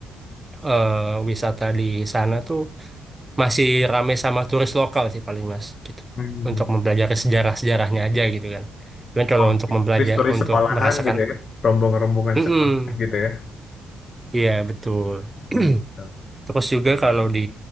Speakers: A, on the right; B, on the left.
A: eh, wisata di sana tuh masih rame sama turis lokal sih paling mas gitu.
B: Hmm.
A: Untuk mempelajari sejarah-sejarahnya aja gitu kan. Cuman kalau
B: Oke.
A: untuk mempelajari,
B: Turis-turis
A: untuk
B: sekolahan
A: merasakan,
B: gitu ya, rombongan-rombongan
A: mm
B: sekolah gitu ya.
A: iya betul.
B: Oh,
A: <clears throat>
B: gitu.
A: Terus juga kalau di